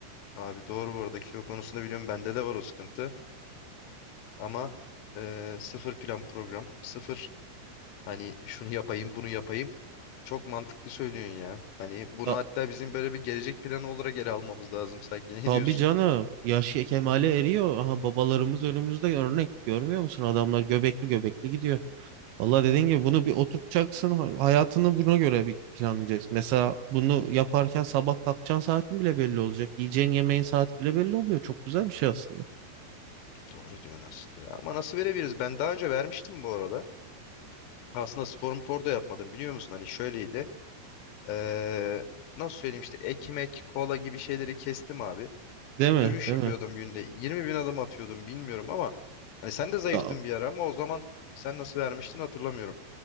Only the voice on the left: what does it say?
Abi doğru bu arada kilo konusunda biliyorum bende de var o sıkıntı. Ama eee, sıfır plan program. Sıfır hani şunu yapayım bunu yapayım. Çok mantıklı söylüyorsun ya. Hani bunu
hatta bizim böyle bir gelecek planı olarak ele almamız lazım sanki. <laughs> Ne
diyorsun?
Doğru diyorsun aslında ya. Ama nasıl verebiliriz? Ben daha önce vermiştim bu arada. Aslında spor mpor da yapmadım biliyor musun? Hani şöyleydi. Eee, nasıl söyleyeyim işte ekmek, kola gibi şeyleri kestim abi.
Yürüyüş
yapıyordum
günde. 20 bin adım atıyordum bilmiyorum ama hani sen de zayıftın
bir ara ama o zaman sen nasıl vermiştin hatırlamıyorum.